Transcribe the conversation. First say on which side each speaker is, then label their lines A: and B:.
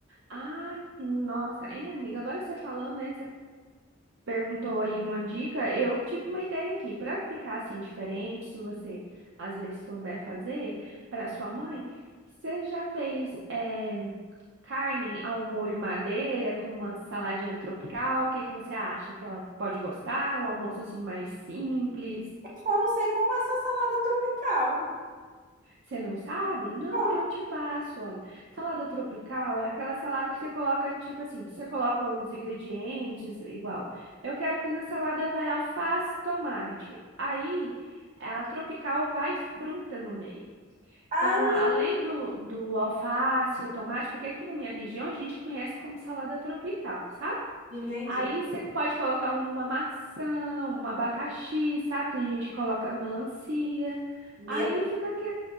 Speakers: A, on the right (about 60°); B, on the right (about 35°).
A: Ah, sim, nossa. Hein, amiga, agora você falando, né? Você perguntou aí uma dica. Eu tive uma ideia aqui. Para ficar assim diferente, se você às vezes souber fazer, para sua mãe, você já fez eh, carne ao molho madeira com uma saladinha tropical? O que que você acha? Que ela pode gostar? Um almoço assim mais simples?
B: Eu só não sei como é essa salada tropical.
A: Você não sabe? Não,
B: Ah,
A: eu te passo. Olha, salada tropical é aquela salada que você coloca, tipo assim, você coloca os ingredientes igual. Eu quero que na salada vai alface, tomate. Aí, a tropical vai fruta no meio.
B: ah,
A: Então, a- além do, do alface, o tomate, porque aqui na minha região a gente conhece como salada tropical, sabe?
B: entendi.
A: Aí você pode colocar uma maçã, um abacaxi, sabe? Tem gente que coloca melancia.
B: Melancia?
A: Aí fica